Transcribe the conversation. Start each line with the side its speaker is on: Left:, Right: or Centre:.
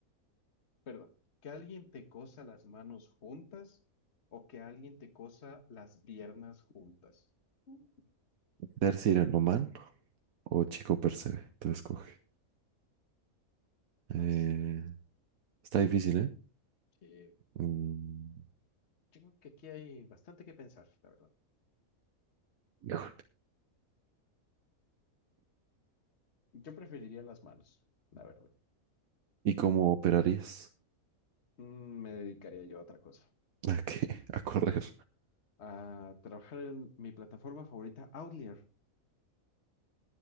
Left: Perdón, ¿que alguien te cosa las manos juntas o que alguien te cosa las piernas juntas? Mm.
Right: Ser Sirenoman o Chico Percebe, tú escoge. Eh,
Left: No sé.
Right: está difícil, ¿eh?
Left: eh,
Right: Mm,
Left: yo creo que aquí hay bastante que pensar, la verdad.
Right: híjole.
Left: Yo preferiría las manos, la verdad.
Right: ¿Y cómo operarías?
Left: Mm, Me dedicaría yo a otra cosa.
Right: ¿A qué? <laughs> ¿A correr?
Left: A trabajar en mi plataforma favorita, Outlier.